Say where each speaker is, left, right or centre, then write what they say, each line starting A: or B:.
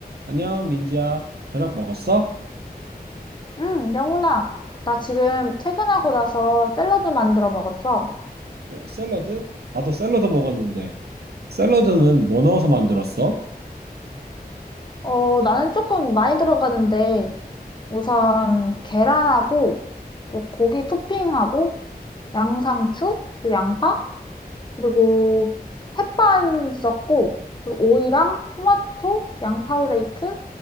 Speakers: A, on the right; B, on the left.
A: 안녕, 민지야. 저녁 먹었어?
B: 응, 영훈아. 나 지금 퇴근하고 나서 샐러드 만들어 먹었어.
A: 어, 샐러드? 나도 샐러드 먹었는데. 샐러드는 뭐 넣어서 만들었어?
B: 어, 나는 조금 많이 들어가는데, 우선 계란하고, 이제 고기 토핑하고, 양상추, 그리고 양파, 그리고 햇반 썼고, 그리고 오이랑 토마토, 양파오레이크,